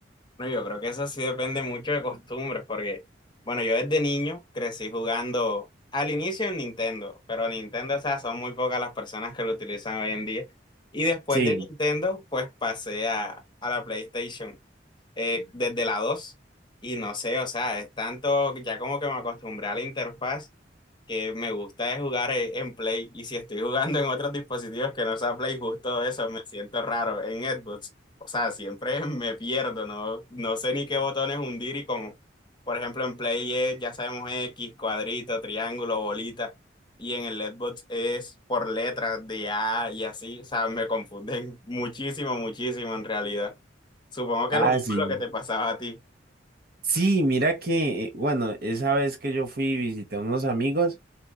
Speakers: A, on the left; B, on the right.
A: Bueno, yo creo que eso sí depende mucho de costumbres, porque, bueno, yo desde niño crecí jugando al inicio en Nintendo, pero Nintendo, o sea, son muy pocas las personas que lo utilizan hoy en día. Y después
B: Sí,
A: de Nintendo, pues pasé a, a la PlayStation eh, desde la dos Y no sé, o sea, es tanto, ya como que me acostumbré a la interfaz que me gusta es jugar e- en Play. Y si estoy jugando en otros dispositivos que no sea Play, justo eso, me siento raro en Xbox. O sea, siempre <laughs> me pierdo, ¿no? No sé ni qué botones hundir y con, por ejemplo, en Play es, ya sabemos X, cuadrito, triángulo, bolita, y en el Letbox es por letras de A y así, o sea, me confunden <laughs> muchísimo, muchísimo en realidad. Supongo que
B: ah,
A: lo mismo
B: sí.
A: es lo que te pasaba a ti.
B: Sí, mira que, eh, bueno, esa vez que yo fui y visité a unos amigos,